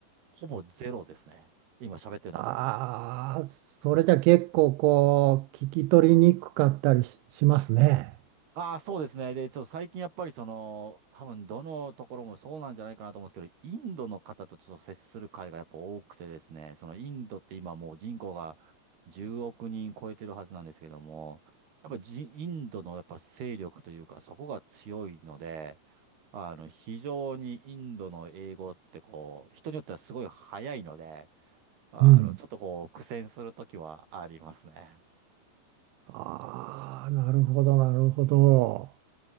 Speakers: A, on the right; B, on the right.
A: ほぼゼロですね。今喋ってる中は。
B: ああ、それじゃ結構こう、聞き取りにくかったりし、しますね。
A: ああ、そうですね。で、ちょっと最近やっぱりその、多分どのところもそうなんじゃないかなと思うんですけど、インドの方とちょっと接する会がやっぱ多くてですね、そのインドって今もう人口が10億人超えてるはずなんですけども、やっぱじ、インドのやっぱ勢力というか、そこが強いので、あの、非常にインドの英語ってこう、人によってはすごい早いので、あの、
B: うん。
A: ちょっとこう、苦戦するときはありますね。
B: ああ、なるほど、なるほど。